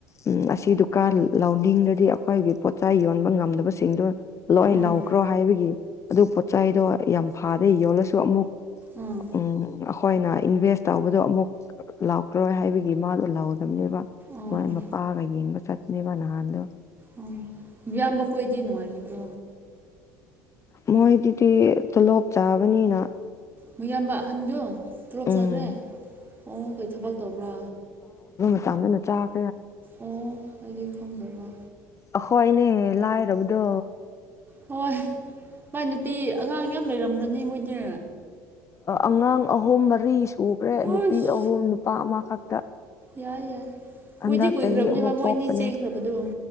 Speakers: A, on the left; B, on the right.
A: ꯎꯝ ꯑꯁꯤ ꯗꯨꯀꯥꯟ ꯂꯧꯅꯤꯡꯔꯗꯤ ꯑꯩꯈꯣꯏꯒꯤ ꯄꯣꯆ ꯌꯣꯟꯕ ꯉꯝꯗꯕꯁꯤꯡꯗꯨ ꯂꯣꯏ
B: ꯑꯥ
A: ꯂꯥꯎꯈ꯭ꯔꯣ ꯍꯥꯏꯕꯒꯤ ꯑꯗꯨ ꯄꯣꯠꯆ ꯆꯩꯗꯣ ꯌꯥꯝ ꯐꯥꯗꯦ ꯌꯣꯜꯂꯁꯨ ꯑꯃꯨꯛ
B: ꯑꯥ
A: ꯎꯝ ꯑꯩꯈꯣꯏꯅ ꯏꯟꯚꯦꯁ ꯇꯧꯕꯗꯣ ꯑꯃꯨꯛ ꯂꯥꯛꯈꯔꯣꯏ ꯍꯥꯏꯕꯒꯤ ꯃꯥꯗꯣ ꯂꯧ <unintelligible>
B: ꯑꯥ
A: ꯃꯣꯏ
B: ꯑꯥ
A: ꯃꯄꯥꯒ ꯌꯦꯡꯕ ꯆꯠꯅꯦꯕ ꯅꯍꯥꯟꯗꯣ
B: ꯑꯣ ꯌꯥꯝꯝꯕ ꯀꯣꯏꯗꯤ ꯅꯨꯡꯉꯥꯏꯔꯤꯕꯣ
A: ꯃꯣꯏꯗꯨꯗꯤ ꯇꯣꯂꯣꯞ ꯆꯥꯕꯅꯤꯅ
B: ꯃꯌꯥꯝꯕ ꯑꯍꯟꯗꯨ ꯇꯂꯣꯞ
A: ꯎꯝ
B: ꯆꯈ꯭ꯔꯦ ꯃꯑꯣꯡꯈꯩ ꯊꯕꯛ ꯇꯧꯕ꯭ꯔꯥ
A: ꯆꯥꯟꯅꯅ ꯆꯥꯛ
B: ꯑꯣ ꯑꯩꯗꯤ ꯐꯪꯗꯕ
A: ꯑꯩꯈꯣꯏꯅꯦ ꯂꯥꯏꯔꯕꯗꯣ
B: ꯍꯣꯏ ꯃꯥꯏ ꯅꯨꯄꯤ ꯑꯉꯥꯡ ꯌꯥꯝ ꯂꯩꯔꯝꯒ꯭ꯔꯅꯤ ꯃꯣꯏꯗꯤ
A: ꯑꯉꯥꯡ ꯑꯍꯨꯝ ꯃꯔꯤ ꯁꯨꯈ꯭ꯔꯦ
B: ꯎꯁ
A: ꯅꯨꯄꯤ ꯑꯍꯨꯝ ꯅꯨꯄꯥ ꯑꯃꯈꯛꯇ
B: ꯌꯥꯏ ꯌꯥꯏ
A: ꯍꯟꯗꯛ
B: ꯀꯨꯏꯗꯤ ꯀꯨꯏꯈ꯭ꯔꯕꯅꯦꯕ
A: ꯆꯍꯤ ꯑꯃꯨꯛ
B: ꯃꯣꯏ
A: ꯄꯣꯛꯄꯅꯦ
B: ꯑꯅꯤ ꯆꯦꯡꯈ꯭ꯔꯕꯗꯣ